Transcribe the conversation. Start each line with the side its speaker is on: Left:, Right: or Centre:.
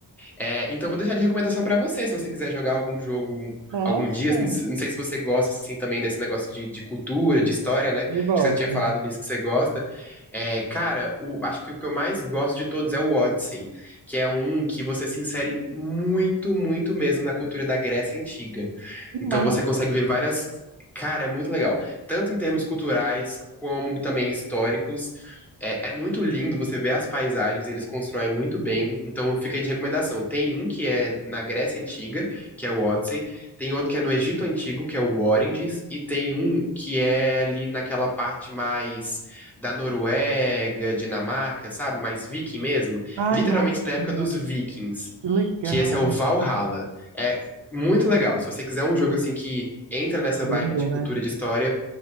Centre: É, então, eu vou deixar de recomendação pra você, se você quiser jogar algum jogo
Right: Nossa,
Centre: algum dia. Não se- não sei se você gosta, assim, também desse negócio de, de cultura, de história, né? Acho
Right: eu gosto.
Centre: que você tinha falado nisso que você gosta. É, cara, o- acho que o que eu mais gosto de todos é o Odyssey, que é um que você se insere muito, muito mesmo na cultura da Grécia Antiga.
Right: Que massa!
Centre: Então, você consegue ver várias. Cara, é muito legal. Tanto em termos culturais, como também históricos. É, é muito lindo você ver as paisagens, eles constroem muito bem. Então fica aí de recomendação. Tem um que é na Grécia Antiga, que é o Odyssey. Tem outro que é no Egito Antigo, que é o Oranges. E tem um que é ali naquela parte mais da Noruega, Dinamarca, sabe? Mais viking mesmo.
Right: Ai,
Centre: Literalmente
Right: nossa,
Centre: na época
Right: que massa.
Centre: dos vikings.
Right: Que legal,
Centre: Que esse é o
Right: me
Centre: Valhalla. É muito legal. Se você quiser um jogo assim que entra nessa
Right: prenda,
Centre: vibe de cultura
Right: né?
Centre: e de história